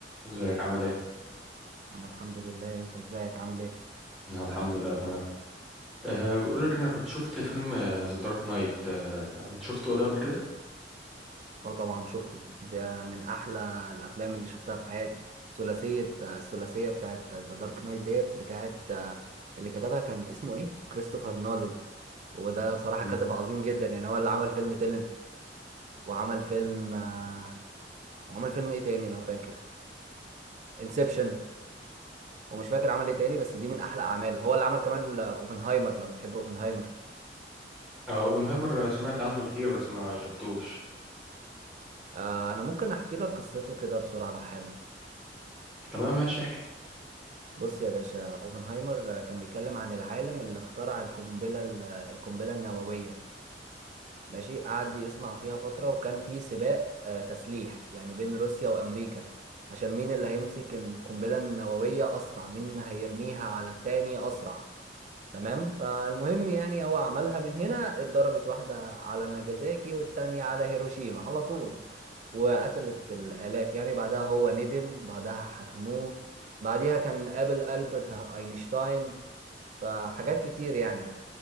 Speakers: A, in the centre; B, on the right (about 40°).
A: ازيك عامل ايه؟
B: انا الحمد لله انت ازيك عامل ايه
A: انا الحمد لله تمام أه بقول لك انا كنت شفت فيلم ذا دارك نايت أه انت شفته ده قبل كده؟
B: اه طبعا شفته ده من احلى الافلام اللي شفتها في حياتي ثلاثيه الثلاثيه بتاعت ذا دارك نايت ديت بتاعت اللي كتبها كان اسمه ايه كريستوفر نولان وده صراحه
A: مم.
B: كاتب عظيم جدا يعني هو اللي عمل فيلم تيلنت وعمل فيلم آه، وعمل فيلم ايه تاني لو فاكر انسبشن ومش فاكر عمل ايه تاني بس دي من احلى اعماله وهو اللي عمل كمان آه، اوبنهايمر لو بتحب اوبنهايمر
A: اه اوبنهايمر آه، سمعت عنه كتير بس ما شفتوش
B: آه، انا ممكن احكي لك قصته كده بسرعه لو حابب
A: تمام ماشي احكي
B: بص يا باشا اوبنهايمر كان بيتكلم عن العالم اللي اخترع القنبلة ال- القنبلة النووية ماشي قعد يصنع فيها فترة وكان في سباق آه، تسليح يعني بين روسيا وأمريكا عشان مين اللي هيمسك القنبلة النووية أسرع مين هيرميها على التاني أسرع تمام فالمهم يعني هو عملها من هنا اتضربت واحدة على ناجازاكي والتانية على هيروشيما على طول وقتلت الآلاف يعني بعدها هو ندم بعدها حكموه بعديها كان قابل ألبرت أينشتاين فحاجات كتير يعني